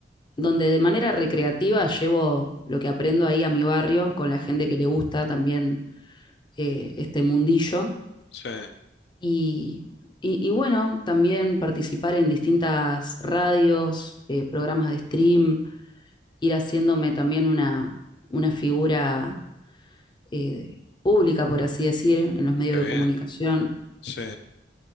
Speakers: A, on the left; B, on the left.
A: donde de manera recreativa llevo lo que aprendo ahí a mi barrio, con la gente que le gusta también eh, este mundillo.
B: sí,
A: Y, y- y bueno, también participar en distintas radios, eh, programas de stream, ir haciéndome también una, una figura eh, pública, por así decir, en los medios
B: qué bien,
A: de comunicación.
B: sí,